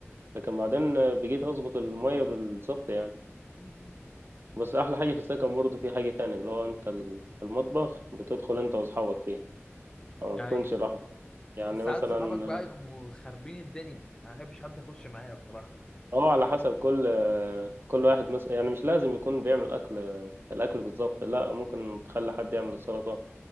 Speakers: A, on the right (about 50°); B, on the left (about 15°).
A: لكن بعدين آه، بقيت اظبط المية بالظبط يعني
B: امم.
A: بس احلى حاجة في السكن برضه في حاجة تانية اللي هو انت ال- في المطبخ بتدخل انت واصحابك فيه ما بتكونش
B: ايوه
A: لوحدك يعني
B: بس ساعات
A: مثلا
B: صحابك بقى يقوموا خاربين الدنيا انا ما بحبش حد يخش معايا بصراحة
A: اه على حسب كل آه، كل واحد مثلا يعني مش لازم يكون بيعمل اكل آه، الاكل بالظبط لا ممكن تخلي حد يعمل السلطة